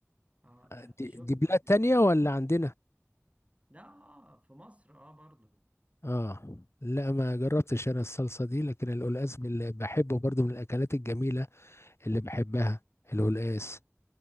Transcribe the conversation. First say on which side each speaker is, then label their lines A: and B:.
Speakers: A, on the right; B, on the left.
A: آه،
B: آه،
A: لا
B: دي,
A: شفت
B: دي بلاد
A: ناس
B: تانية
A: اولا
B: ولا عندنا
A: ده آه في مصر اه برضو
B: اه لا ما جربتش انا الصلصة دي لكن القلقاس بال- بحبه برضو من الاكلات الجميلة اللي بحبها القلقاس